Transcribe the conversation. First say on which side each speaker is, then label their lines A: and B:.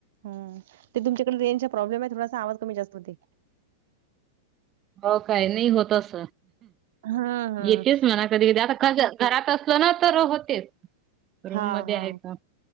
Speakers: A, on the right (about 65°); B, on the right (about 30°).
A: हं, ते तुमच्याकडे रेंजचा प्रॉब्लेम आहे थोडासा, आवाज कमी जास्त होते.
B: हो काय, नाही होत आस,
A: हा हा.
B: येतेच म्हणाऽ कधी-कधी आता घरात असल ना, तर होतेच.
A: हा.
B: रूम मध्ये
A: हा.
B: आहे तर